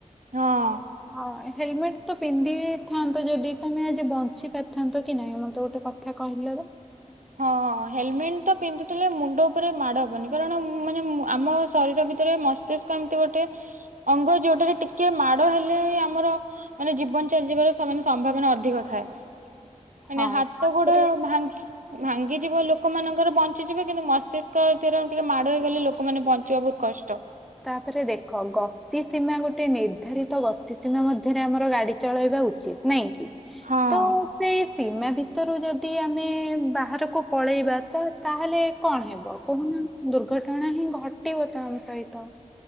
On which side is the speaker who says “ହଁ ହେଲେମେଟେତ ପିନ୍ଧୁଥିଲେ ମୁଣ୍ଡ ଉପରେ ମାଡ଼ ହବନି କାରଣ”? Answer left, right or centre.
Right